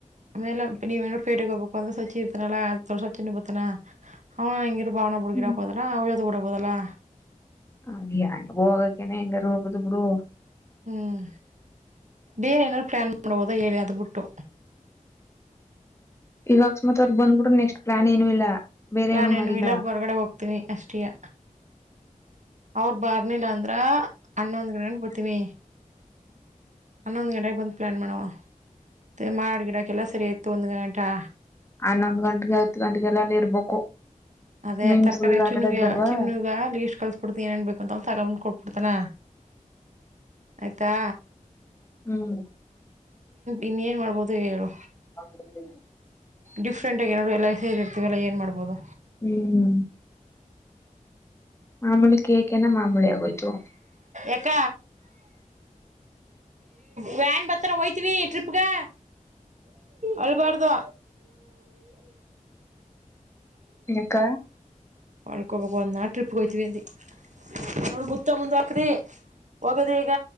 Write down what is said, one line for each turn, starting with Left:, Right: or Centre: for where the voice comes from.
Right: ಆಮೇಲೆ ನೀವೇನಾದ್ರೂ ಪೇಟೆಗ್ ಹೋಗ್ಬೇಕಾದ್ರೆ ಸಚಿ ಇರ್ತಾರಲ್ಲ ಸಚಿನ್ ನು ಬರ್ತಾನಾ ಹಾ ಅಂಗ್ ಭಾವನ ಬುಡ್ಗ್
Left: ಹ್ಮ್
Right: ಹಿಡಾಕ್ಹೋಧ್ಲಾ ಅವ್ರು ಕೋಡ್ಬೋದಲಾ
Left: ಹ ಹಾಗೆ ಹೋಗಕ್ಕೇನೆ ಹೆಂಗಾರ ಹೋಗುದು ಬಿರು
Right: ಹ್ಮ್ ಬೇರ್ ಏನರು ಪ್ಲಾನ್ ನಡ ಹದ ಎಳಿಯ ಅದ ಬಿಟ್ಟು
Left: ಈಗ ಅಕ್ಸ್ ಮತ್ ಅವದ ಬಂದ್ಬಿಟ್ರ ನೆಕ್ಸ್ಟ್ ಪ್ಲಾನ್ ಏನು ಇಲ್ಲ ಬೇರೆ
Right: ಆ ನಾನೇನ್
Left: ಏನು ಮಾಡಿಲ್ಲ
Right: ಇಲ್ಲಾ ಹೊರ್ಗಡೆ ಹೋಗ್ತೀನೀ ಅಷ್ಟೆಯ ಅವ್ರ ಬಾರ್ನಿಲ್ಲ ಅಂದ್ರ ಅಣ್ಣ ಒಂದ್ ಗಡೆ ಬರ್ತೀನಿ ಅನ್ನೊಂದ್ ಗಟ ಬಂದ ಪ್ಲಾನ್ ಮಾಡುವ ಮ ಮಾಡ ಗಿಡಕ್ಕೆ ಎಲ್ಲ ಸರಿ ಆಯ್ತು ಒಂದ ಗ ಗಂಟಾ
Left: ಹನ್ನೊಂದು ಗಂಟೆಗೆ ಹತ್ತು ಗಂಟೆಗೆಲ್ಲಲ್ಲಿ ಇರ್ಬೇಕು
Right: ಅದೇ
Left: ಸ್ವಿಮ್ಮಿಂಗ್
Right: ತರಕಿಯ
Left: ಪೂಲ್ ಆಟ
Right: ಚಿನ್ನುಗ
Left: ಆಡೋದ್ ಬೇಡವಾ
Right: ಚಿನ್ನುಗ ಅಲ್ಲಿ ಇಷ್ಟ್ ಕಳಸ್ಬಿಡ್ತನಿ ಏನೇನ್ ಬೇಕು ಅಂತ ಒ ತಗಬೊಂಡ್ ಕೊಟ್ಬಿಡ್ತಾನ ಆಯ್ತಾ
Left: ಹ್ಮ್
Right: ಇನ್ನ ೇನು ಮಾಡಬೋದು ಹೇಳು
Left: ಹ <unintelligible>
Right: ಡಿಫ್ರೆಂಟಾಗಿ ಏನಾದರು ಎಲ್ಲ ಸೇರಿರ್ತೀವೆ <unintelligible> ಲ್ಲ ಏನು ಮಾಡ್ಬೋದು
Left: ಹ್ಮ್ ಮಾಮೂಲಿ ಕೇಕ್ ಏನ ಮಾಮೂಲಿ ಆಗೋಯ್ತು
Right: ಎಕ್ಕ ವ್ಯಾನ್ ಬರ್ತಾವ್ ಟ್ರಿಪ್ಗೆ ಅಳಬಾರದು
Left: ಇಕ್ಕ
Right: ಮಾಡಳ್ಕೊಬೇಕು ಒಂದ್ ನಾ ಟ್ರಿಪ್ ಹೋಯತಿವಿ ಅಂದಿ ನೋಡ ಮುತ್ತ ಮುಂದ್ ಹಾಕ್ರಿ ಹೋಗದಿ ಈಗ